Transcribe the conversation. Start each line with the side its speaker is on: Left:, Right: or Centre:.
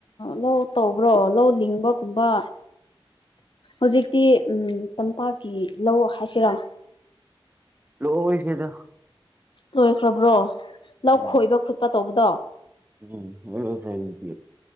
Left: ꯂꯧ ꯇꯧꯕ꯭ꯔꯣ ꯂꯧ ꯂꯤꯡꯕꯒꯨꯝꯕ ꯍꯧꯖꯤꯛꯇꯤ ꯇꯝꯄꯥꯛꯀꯤ ꯂꯧ ꯍꯥꯏꯁꯤꯔꯥ
Right: ꯂꯣꯢꯈ꯭ꯔꯦꯗ
Left: ꯂꯣꯏꯈ꯭ꯔꯕ꯭ꯔꯣ ꯂꯧ
Right: ꯎꯝ
Left: ꯈꯣꯏꯕ ꯈꯣꯠꯄ ꯇꯧꯕꯗꯣ
Right: ꯎꯝ ꯑꯣ ꯐꯥꯏꯦ <unintelligible>